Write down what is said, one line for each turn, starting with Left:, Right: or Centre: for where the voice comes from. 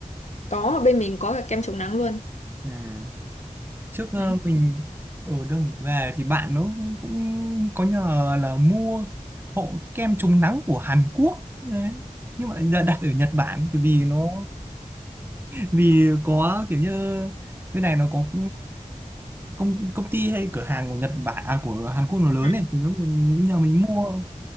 Left: có ở bên mình có cả kem chống nắng luôn
Right: à. trước ờ,
Left: đấy
Right: mình ở đâu nhỉ về thì bạn nó cũng có nhờ là mua hộ kem chống nắng của Hàn Quốc đấy nhưng mà lại đặt ở Nhật Bản bởi vì nó vì có kiểu như bên này nó có công công ty hay cửa hàng của Nhật Bản à của Hàn Quốc nó lớn
Left: Ừ.
Right: này thì nó nhờ mình mua